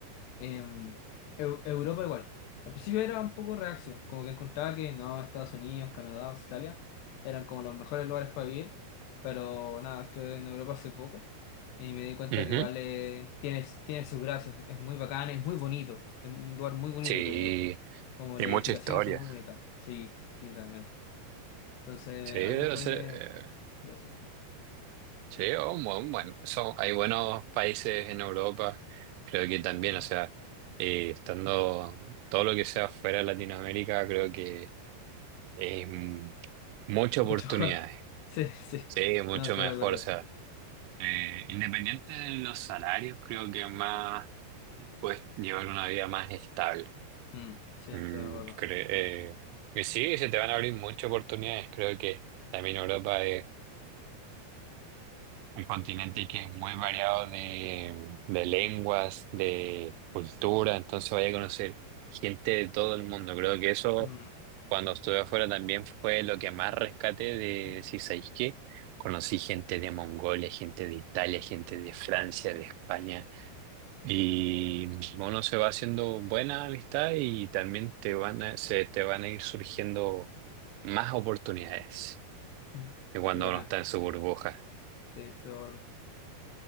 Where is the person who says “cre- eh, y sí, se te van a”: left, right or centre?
Right